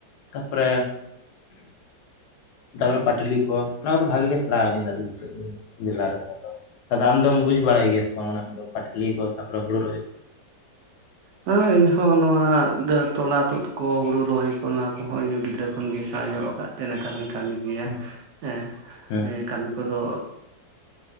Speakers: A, on the left; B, on the right.
A: ᱛᱟᱯᱚᱨᱮ <inaudible> ᱛᱟᱯᱚᱨᱮ ᱯᱟᱴᱞᱤ ᱠᱚ, ᱚᱱᱟ ᱠᱚᱫᱚ ᱵᱷᱟᱜᱮ ᱜᱮ ᱥᱮᱬᱟ ᱠᱟᱹᱫᱤᱧ ᱫᱟᱫᱩ <inaudible> <inaudible> ᱨᱮ ᱫᱚ ᱟᱢ ᱫᱚᱢ ᱵᱩᱡ ᱵᱟᱲᱟᱭ ᱜᱮᱭᱟ ᱥᱮ ᱵᱟᱝ ᱚᱱᱟᱠᱚᱫᱚ ᱯᱟᱴᱞᱤ ᱠᱚ ᱛᱟᱯᱚᱨ ᱦᱩᱲᱩ ᱨᱚᱦᱚᱭ
B: ᱦᱮᱸ ᱤᱧ ᱦᱚᱸ ᱱᱚᱣᱟ ᱛᱚᱞᱟ ᱛᱩᱫ ᱠᱚ ᱦᱩᱲᱩ ᱨᱚᱦᱚᱭ ᱠᱚ ᱱᱚᱣᱟ ᱠᱚᱦᱚᱸ ᱤᱧ ᱦᱚᱸ ᱜᱤᱫᱽᱨᱟᱹ ᱛᱚᱠᱷᱚᱱ ᱜᱮᱧ ᱥᱮᱬᱟ ᱧᱚᱜ ᱠᱟᱫᱛᱮ ᱱᱮᱛᱟᱨ ᱦᱚᱧ ᱠᱟᱹᱢᱤ ᱜᱮᱭᱟ
A: ᱦᱩᱸ
B: ᱦᱮᱸ
A: ᱦᱩᱸ
B: ᱠᱟᱹᱢᱤ ᱠᱚᱫᱚ,